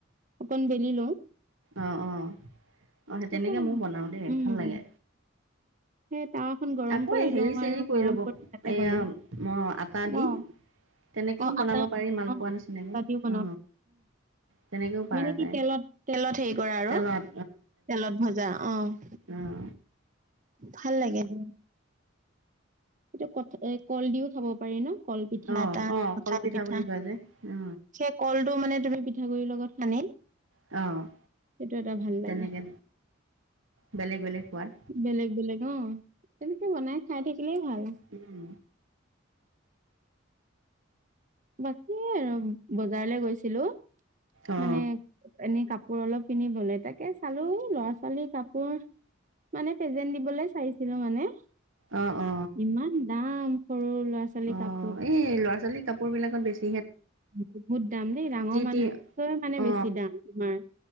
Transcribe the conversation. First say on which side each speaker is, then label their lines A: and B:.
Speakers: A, on the right; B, on the right.
A: অকণ বেলি লওঁ।
B: অঁ অঁ অঁ সেই
A: তাৰপিছত
B: তেনেকে ময়ো বনাও দেই
A: উম,
B: ভাল লাগে।
A: সেই তাৱাখন গৰম
B: আকৌ
A: কৰি
B: হেৰি
A: লওঁ
B: চেৰি
A: আৰু গৰম
B: ল'ব
A: কৰি তাতে
B: এয়া
A: বনাও,
B: আটা দি
A: অঁ। <unintelligible>
B: তেনেকেও
A: অঁ
B: বনাব
A: আটা
B: পাৰি
A: দি
B: মালপোৱা
A: অঁ আটা
B: নিচিনাকে
A: দিও
B: অ তেনেকেও পাৰা
A: মানে
B: যায়
A: কি তেলত, তেলত হেৰি কৰা আৰু,
B: তেলত
A: তেলত ভজা অঁ।
B: অঁ।
A: ভাল লাগে দিয়া। এইটো‌ কঠঁ এ কল দিও খাব পাৰি ন', কল পিঠা
B: অ
A: এটা,
B: অ
A: কঁঠাল
B: কলপিঠা
A: পিঠা
B: বুলি কয় যে অ
A: এটা কলটো মানে তুমি পিঠাগুৰিৰ লগত সানি
B: অ'।
A: সেইটো এটা ভাল
B: তেনেকে
A: লাগে।
B: বেলেগ বেলেগ সোৱাদ
A: বেলেগ বেলেগ অঁ, তেনেকে বনাই খাই থাকিলেই ভাল।
B: উম।
A: বাকী আৰু বজাৰলে গৈছিলো,
B: অ
A: মানে এনেই কাপোৰ অলপ কিনিবলে তাকে চালো, ল'ৰা ছোৱালীৰ কাপোৰ মানে প্ৰেজেন্ট দিবলে চাইছিলো মানে,
B: অ অ অ
A: ইমান দাম সৰু ল'ৰা ছো খালী
B: অ
A: কাপোৰ।
B: এই, ল'ৰা ছোৱালী কাপোৰ বিলাকত বেছি
A: বহুত দাম দেই, ডাঙৰ মানুহতকৈয়ো
B: টি
A: মানে
B: অ
A: বেছি দাম তোমাৰ।